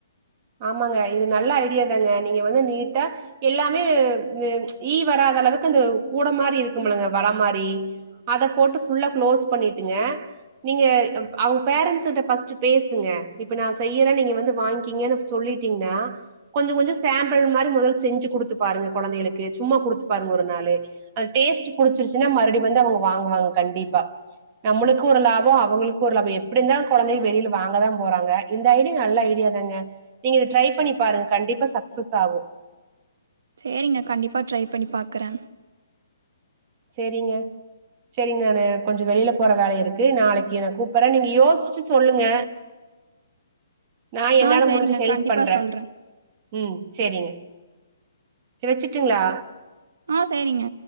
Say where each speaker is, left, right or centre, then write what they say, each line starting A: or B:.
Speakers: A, on the right; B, on the right.
A: ஆமாங்க இது நல்ல ஐடியா தாங்க நீங்க வந்து நீட்டா எல்லாமே இது ஈ வராத அளவுக்கு அந்த கூட மாரி இருக்கும்ல வல மாரி அத போட்டு ஃபுல்லா க்ளோஸ் பண்ணிட்டுங்க நீங்க அப் அவங் பேரன்ட்ஸுட்ட ஃபஸ்ட்டு பேசுங்க இப்ப நா செய்யறே நீங்க வந்து வாங்க்கிங்கன்னு சொல்லிட்டீங்னா கொஞ்ச கொஞ்ச சேம்பிள் மாரி முதல் செஞ்சு குடுத்து பாருங்க கொழந்தைகளுக்கு சும்மா குடுத்து பாருங்க ஒரு நாளு அந்த டேஸ்ட் புடுச்சிருச்சுன்னா மறுபடி வந்து அவங்க வாங்குவாங் கண்டிப்பா நம்மளுக்கு ஒரு லாபோ அவங்களுக்கு ஒரு லாபோ எப்டி இருந்தாலு கொழந்தைங்க வெளில வாங்க தா போறாங்க இந்த ஐடியா நல்ல ஐடியா தாங்க நீங்க இத ட்ரை பண்ணி பாருங் கண்டிப்பா சக்சஸ் ஆகு
B: சேரிங்க கண்டிப்பா ட்ரை பண்ணி பாக்கறே
A: செரிங்க செரிங் நானு கொஞ்சோ வெளில போற வேலயிருக்கு நாளைக்கு நா கூப்பர்றே நீங்க யோசிச்சு சொல்லுங்க நா என்னால
B: ஆ சரிங்க.
A: முடிஞ்ச ஹெல்ப்
B: கண்டிப்பா
A: பண்றே
B: சொல்றேன்.
A: ம் சேரிங்க சேரி வெச்சுட்டுங்ளா
B: ஆஹ் சேரிங்க